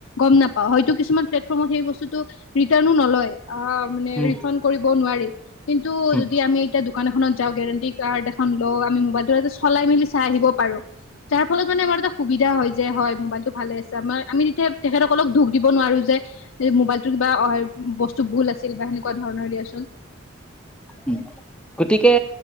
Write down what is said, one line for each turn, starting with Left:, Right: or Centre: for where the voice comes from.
Left: গম নাপাওঁ হয়তো কিছুমান প্লেটফৰ্মত সেই বস্তুতটো ৰিটাৰ্নো নলয়। অ মানে
Centre: উম
Left: ৰিফাণ্ড কৰিব নোৱাৰি কিন্তু
Centre: হয়
Left: যদি আমি এতিয়া দোকান এখনত যাওঁ গেৰেণ্টি কাৰ্ড এখন লও আমি মোবাইলটো চলাই মেলি চাই আহিব পাৰো। যাৰ ফলত মানে আমাৰ এটা সুবিধা হয় যে হয় মোবাইলটো ভালে আছে। আমি তেতিয়া তেখেতসকলক দুখ দিব নোৱাৰো যে মোবাইল কিবা অ বস্তু ভুল আছিল বা সেনেকুৱা ধৰণৰ দিয়াচোন।
Centre: উম। গতিকে